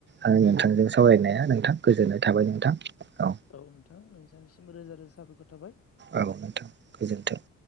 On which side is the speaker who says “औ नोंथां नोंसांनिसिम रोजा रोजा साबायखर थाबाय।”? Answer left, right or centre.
Left